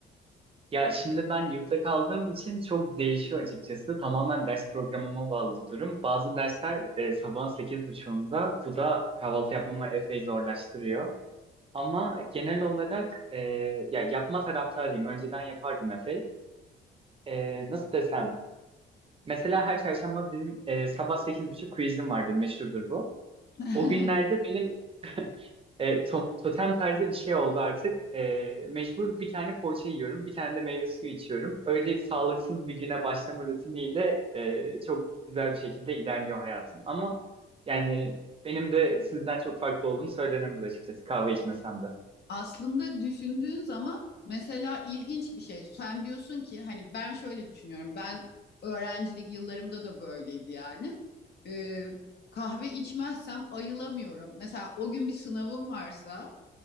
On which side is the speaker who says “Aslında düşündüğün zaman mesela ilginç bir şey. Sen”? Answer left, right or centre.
Left